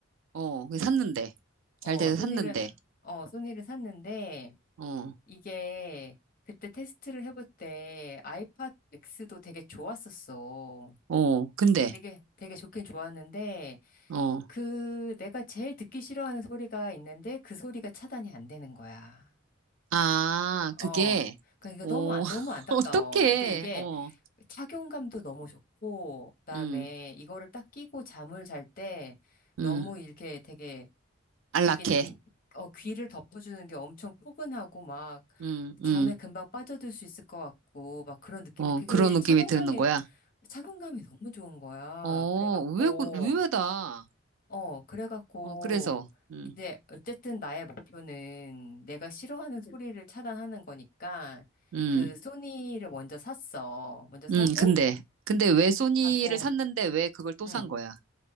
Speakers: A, on the right (about 70°); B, on the left (about 40°).
A: 어, 왜 샀는데.
B: 어,
A: 잘 돼서
B: 소니를,
A: 샀는데.
B: 어, 소니를 샀는데,
A: 어.
B: 이게 그때 테스트를 해볼 때 아이팟 맥스도 되게 좋았었어.
A: 어, 근데
B: 되게, 되게 좋긴 좋았는데,
A: 어.
B: 그 내가 제일 듣기 싫어하는 소리가 있는데, 그 소리가 차단이 안 되는 거야.
A: 아,
B: 어.
A: 그게
B: 그러니까
A: 어,
B: 너무, 안-
A: <laughs>
B: 너무 안타까워.
A: 어떡해.
B: 이제 이게
A: 어.
B: 착용감도 너무 좋고, 그다음에
A: 음,
B: 이거를 딱 끼고 잠을 잘 때,
A: 음,
B: 너무 이렇게 되게
A: 안락해.
B: 이게 좀, 어, 귀를 덮어주는 게 엄청 포근하고 막
A: 음,
B: 잠에
A: 음,
B: 금방 빠져들 수 있을 것 같고 막 그런 느낌이
A: 어,
B: 그게
A: 그런 느낌이
B: 착용감이,
A: 드는 거야.
B: 착용감이 너무 좋은 거야.
A: 어,
B: 그래갖고,
A: 의외, 의외다.
B: 어, 그래갖고,
A: 어, 그래서, 음,
B: 이제 어쨌든 나의 목표는 내가 싫어하는 소리를 차단하는 거니까
A: 음,
B: 그 소니를 먼저 샀어. 먼저 사고,
A: 음, 근데, 근데 왜 소니를
B: 자꾸,
A: 샀는데 왜 그걸 또
B: 응.
A: 산 거야?